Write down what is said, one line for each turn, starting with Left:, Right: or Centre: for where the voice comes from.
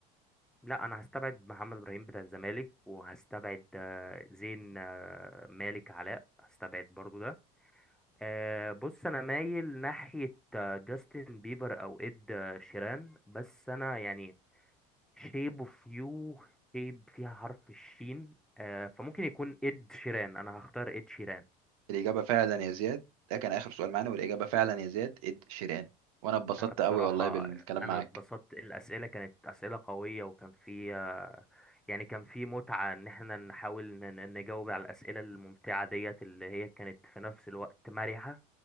Centre: لا انا هستبعد محمد ابراهيم بتاع الزمالك وهستبعد آه، زين آه، مالك علاء هستبعد برضو ده آه، بص انا مايل ناحية آه، جاستن بيبر او اد آه، شيران بس انا يعني شيب اوف يو شيب فيها حرف الشين آه، فممكن يكون اد شيران انا هختار اد شيران
Right: الاجابة فعلا يا زياد ده كان اخر سؤال معانا والاجابة فعلا يا زياد اد شيران وانا اتبسطت
Centre: انا
Right: قوي
Centre: بصراحة
Right: والله بالكلام
Centre: انا
Right: معاك
Centre: اتبسطت الاسئلة كانت اسئلة قوية وكان فيها يعني كان في متعة ان احنا نحاول ن- ن- نجاوب على الاسئلة الممتعة ديت اللي هي كانت في نفس الوقت مرحة